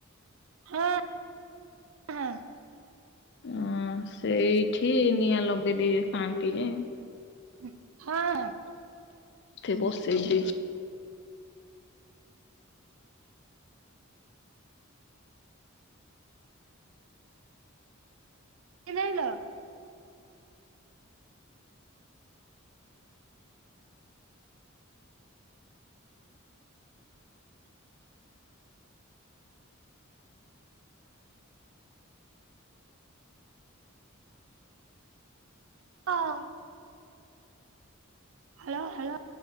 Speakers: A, on the right; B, on the left.
A: ହଁ। ହଁ
B: ଅଁ ସେଇଠି ନିଆଁ ଲଗେଇ ଦେଇ ଥାନ୍ତି ଇଏ।
A: ଉଁ ହଁ।
B: ଟି ବସେଇ ଦେଇଚି।
A: କେମତି ଆଇଲ? ଅଁ। Hello hello.